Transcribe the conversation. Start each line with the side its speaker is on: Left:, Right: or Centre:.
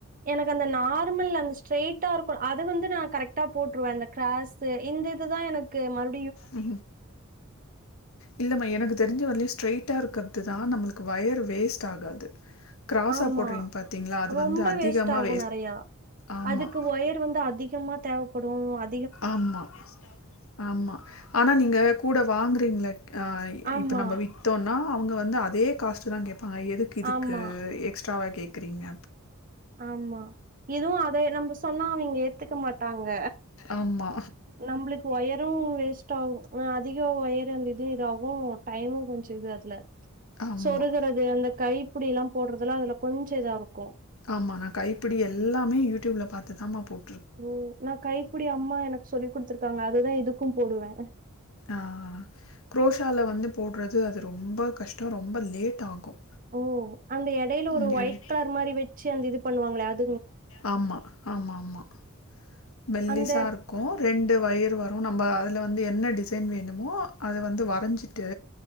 Right: எனக்கந்த நார்மல் அந்த ஸ்ட்ரெட்டா ருக் அது வந்து நா கரெக்டா போட்ருவ இந்த கிராஸ்ஸூ இந்ததுதா எனக்கு மறு
Left: உ இல்லமா எனக்கு தெர்ஞ்ச வர்லியு ஸ்ட்ரெய்ட்டா ருக்க துதா நம்ளுக்கு வயர் வேஸ்ட் ஆகாது கிராஸா
Right: ஆமா
Left: போடுறீங்க பார்த்தீங்களா, அது
Right: ரொம்ப
Left: வந்து அதிகமாக
Right: வேஸ்ட் ஆகும் நெறையா
Left: ஆமா,
Right: அதுக்கு ஒயர் வந்து அதிகமா தேவைப்படும் அ
Left: ஆமா ஆமா ஆனா நீங்க கூட வாங்க ங்கள
Right: ஆமா,
Left: இப்ப நம்ம வித்தோனா அவங்க வந்து அதே காஸ்ட்டுதா கேப் எதுக்கு இதுக்கு
Right: ஆமா,
Left: எக்ஸ் எக்ஸ்டராவா கேக்றீங்க
Right: ஆமா இதுவும் அதை நம்ம சொன்னா அவங்க ஏத்துக்க மாட்ட தாங்க
Left: ஆமா
Right: நம்பளுக்கு ஒயரும் வேஸ்ட் டவ் அதிக ஒயர் அந்த இது இதாவும் டைமும் கொஞ்சம் இது அதுல
Left: ஆமா,
Right: சொருகறது அந்த கை அப்டி எல்லாம் போட்றதுல அதுல கொஞ்சம் இதாருக்கும்
Left: ஆமா நான் கைப்பிடி எல்லாமே யூடியூப்ல பாத்துதாமா போட
Right: ஓ நான் கைபுடி அம்மா எனக்கு சொல்லி் குடுத்துருக்காங்க அதுதான் இதுக்கும் போடுவேன்
Left: ஆ குரோஷால வந்து போட்றது அது ரொம்ப கஷ்டம் ரொம்ப லேட் ஆகும்
Right: ஓ அந்த இடையில ஒரு
Left: ம்
Right: ஒயிட்
Left: எழுத்
Right: கலர் மாறி வெச்சு அந்த இது பண்ணுவாங்களே அது
Left: ஆமா ஆமா ஆமா மெல்லிசா
Right: அந்த
Left: இருக்கும் ரெண்டு ஒயர வரும் நம்ம அதுல வந்து என்ன டிசைன் வேணுமோ அத வந்து வரைஞ்சிட்டு